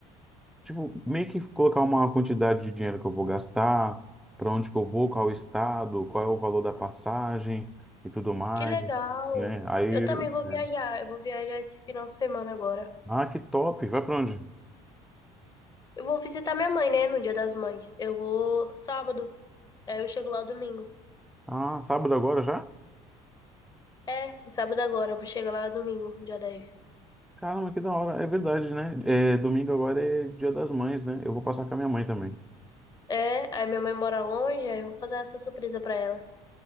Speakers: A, in the centre; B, on the left (about 25°).
A: Tipo, meio que colocar uma quantidade de dinheiro que eu vou gastar, para onde que eu vou, qual estado, qual é o valor da passagem e tudo mais,
B: Que legal!
A: né? Aí,
B: Eu também vou
A: né?
B: viajar. Eu vou viajar esse final de semana agora.
A: Ah, que top! Vai para onde?
B: Eu vou visitar minha mãe, né? No Dia das Mães. Eu vou sábado. Aí eu chego lá domingo.
A: Ah, sábado agora já?
B: É, se sábado agora, eu vou chegar lá domingo, dia dez
A: Caramba, que da hora! É verdade, né? É, domingo agora é Dia das Mães, né? Eu vou passar com a minha mãe também.
B: É, aí minha mãe mora longe, aí eu vou fazer essa surpresa pra ela.